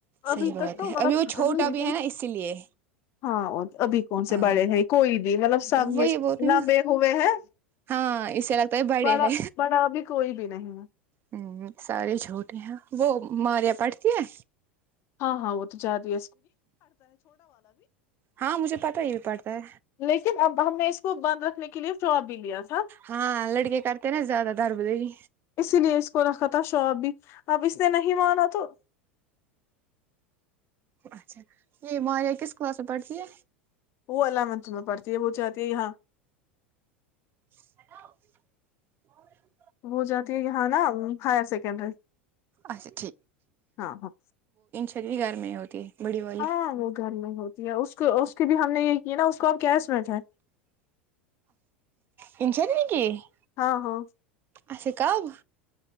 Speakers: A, on the left; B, on the right.
A: ابھی
B: صحیح بات
A: تک توند
B: ہے ابھی وہ چھوٹا بھی ہے نا اسی لیے
A: ہاں ابھی کون سے
B: ہاں
A: بڑے ہیں کوئی نہیں مطلب سب
B: وہی بول رہی
A: لمبے
B: نا
A: ہوئے ہیں
B: ہاں اسے لگتا ہے بڑے
A: بڑا
B: ہے
A: بڑا بھی کوئی بھی نہیں ہے
B: ہ سارے چھوٹے ہیں وہ ماریا پٹتی ہے
A: ہاں ہاں زدہی
B: ہاں مجھے پتا ہی بھی پڑتا ہے
A: لیکن اب ہم نے اس کو بند رکھنے کے لیے شاپ بھی لیا تھا
B: ہاں لڑکے کرتے نا زیادہ دربدری
A: اسی لیے اس کو رکھا تھا شاپ بھی اب اس نے نہیں مانا تو
B: اچھا یہ مار یہ کس کلاس میں پڑھتی ہے
A: وہ الیونتھ میں پڑھتی ہے وہ جاتی ہے یہاں
B: ہیلو <inaudible>
A: وہ جاتی ہے یہاں نا ہائر سیکنڈری
B: اچھا
A: ہاں ہاں
B: چریی گار میں ہی ہوتی ہے بڑی والی
A: ہاں وہ گھر میں ہوتا اس اس کے بھی ہم نے یہ کیے نا اس کو ہم کیا اسمیت ہے
B: انسانی نیک <unintelligible>
A: ہاں ہاں
B: آ کب